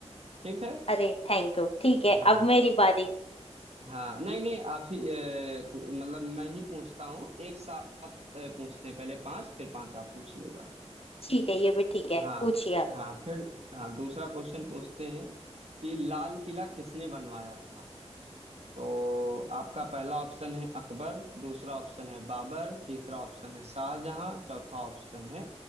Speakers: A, on the right; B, on the left.
A: ठीक है
B: अरे थैंक यू ठीक है
A: हाँ
B: अब
A: हाँ
B: मेरी बारी
A: हाँ नहीं नहीं आप ही ए, पू- मतलब मैं ही पूछता हूँ एक साथ ए, पूछते हैं पहले पांच फिर पांच आप पूछिएगा
B: ठीक है ये भी ठीक है
A: हाँ
B: पूछिए आप
A: हाँ फिर हाँ दूसरा क्वेश्चन पूछते हैं कि लाल किला किसने बनवाया था तो आपका पहला ऑप्शन है अकबर दूसरा ऑप्शन है बाबर तीसरा ऑप्शन है शाहजहां चौथा ऑप्शन है